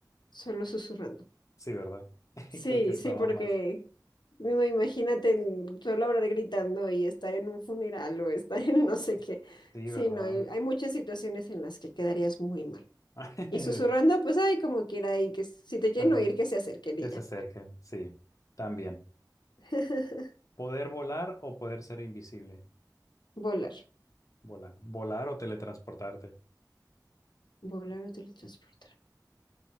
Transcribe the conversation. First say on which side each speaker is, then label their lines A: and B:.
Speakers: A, on the left (about 80°); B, on the left (about 45°).
A: solo susurrando.
B: Sí, ¿verdad? <laughs>
A: Sí,
B: Creo que estaba
A: sí, porque
B: más.
A: mismo imagínate en- solo hablar gritando y estar en un funeral o estar en no sé qué.
B: Sí,
A: Sí,
B: ¿verdad?
A: no, hay hay muchas situaciones en las que quedarías muy mal.
B: <laughs>
A: Y susurrando, pues hay como quiera y que si te quieren
B: Ajá.
A: oír, que se acerquen
B: Que
A: y
B: se
A: ya.
B: acerquen. Sí, también.
A: <laughs>
B: ¿Poder volar o poder ser invisible?
A: Volar,
B: Volar. Volar o teletransportarte.
A: volar o teletransportar.